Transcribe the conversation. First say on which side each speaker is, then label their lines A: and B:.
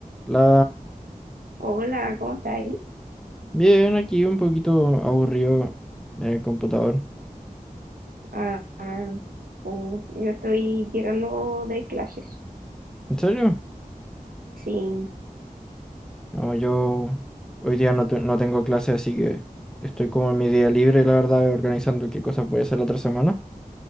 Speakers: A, in the centre; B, on the right.
A: La...
B: Hola, ¿cómo estáis?
A: Bien, aquí un poquito aburrido en el computador.
B: Ah, ah, uh, yo estoy llegando de clases.
A: ¿En serio?
B: Sí.
A: No, yo hoy día no, te- no tengo clase, así que estoy como en mi día libre, la verdad, organizando qué cosas voy a hacer la otra semana.